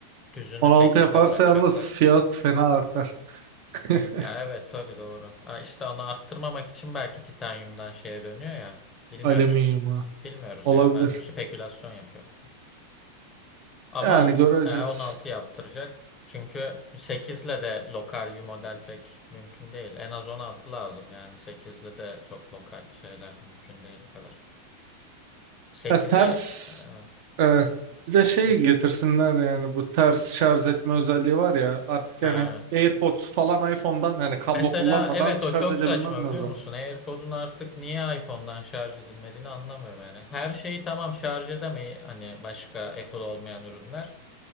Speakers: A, on the left (about 20°); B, on the right (about 45°).
A: Düzünü
B: 16
A: sekizde
B: yaparsa
A: bırakacaklar.
B: yalnız fiyat fena artar. <laughs>
A: Ya evet tabii doğru. Ha, işte onu arttırmamak için belki titanyumdan şeye dönüyor ya. Bilmiyoruz.
B: Alüminyuma
A: Bilmiyoruz
B: olabilir.
A: yani. Ben spekülasyon yapıyorum şu an. Ama
B: Yani göreceğiz.
A: e on altı yaptıracak. Çünkü sekizle de lokal bir model pek mümkün değil. En az 16 lazım yani. sekizle de çok lokal şeyler mümkün değil bu kadar. sekize
B: Ya ters
A: e, evet
B: e, bir de şey
A: 3.
B: getirsinler yani bu ters şarj etme özelliği var ya artık
A: Ha.
B: yani AirPods falan iPhone'dan yani kablo
A: Mesela
B: kullanmadan
A: evet
B: şarj
A: o çok
B: edebilmem
A: saçma biliyor
B: lazım.
A: musun? AirPod'un artık niye iPhone'dan şarj edilmediğini anlamıyorum yani. Her şeyi tamam şarj edemeyi hani başka Apple olmayan ürünler.